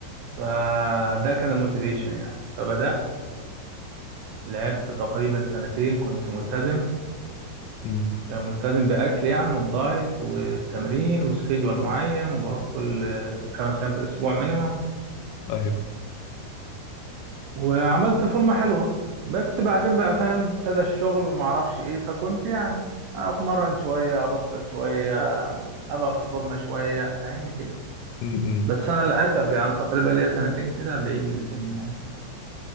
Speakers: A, on the right; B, on the left.
A: فده كان الموتيفيشن يعني فبدات لعبت تقريبا سنتين كنت ملتزم
B: امم
A: آه، ملتزم بأكل يعني وبدايت وتمرين وسكيدول معين وبروح كل خمس أيام في الأسبوع مينيمم
B: ايوه
A: وعملت فورمة حلوة بس بعدين بقى فاهم ابتدى الشغل ومعرفش ايه فكنت يعني اتمرن شوية ابطل شوية ابقى في الفورمة شوية فاهمني كده
B: Mm-hmm.
A: بس انا للاسف يعني تقريبا ليا سنتين كده بعيد من الجيم يعني